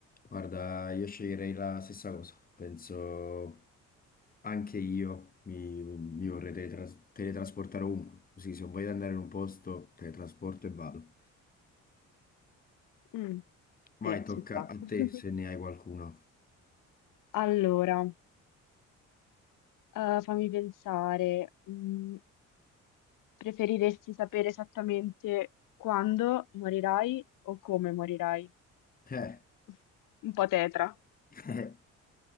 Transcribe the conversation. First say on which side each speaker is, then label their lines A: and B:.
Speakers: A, on the left; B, on the left.
A: Guarda, io sceglierei la stessa cosa. Penso anche io mi, mi vorrei teletras- teletrasportare ovunque. Così se voglio andare in un posto, teletrasporto e vado.
B: Mm, sì,
A: Vai,
B: ci
A: tocca
B: sta.
A: a
B: <laughs>
A: te se ne hai qualcuno.
B: Allora, eh, fammi pensare, mm, preferiresti sapere esattamente quando morirai o come morirai?
A: Eh,
B: <laughs> Un po' tetra.
A: <laughs>